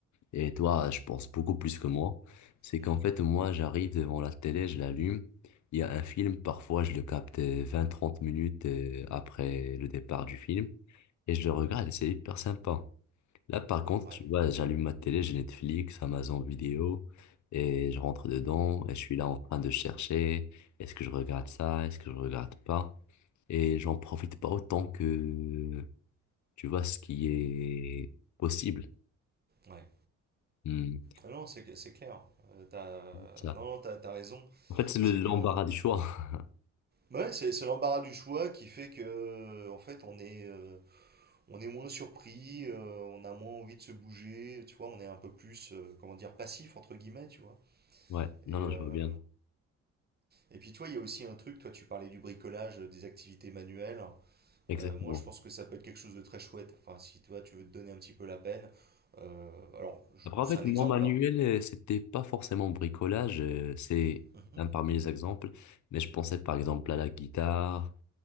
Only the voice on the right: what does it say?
Mhm.
Ouais,
ouais.
Ah non, c'est c'est clair. Euh, t'as,
non, non, t'as, t'as raison.
C'est
qu'on
Ouais, c'est c'est l'embarras du choix qui fait que, euh, en fait, on est, euh, on est moins surpris, euh, on a moins envie de se bouger, tu vois, on est un peu plus, euh, comment dire, passif, entre guillemets, tu vois.
Et,
euh,
et puis, toi, il y a aussi un truc, toi, tu parlais du bricolage, euh, des activités manuelles.
Euh, moi, je pense que ça peut être quelque chose de très chouette. Enfin, si toi, tu veux te donner un petit peu la peine. euh, alors, je-
c'est
un
exemple,
hein.
Mhm.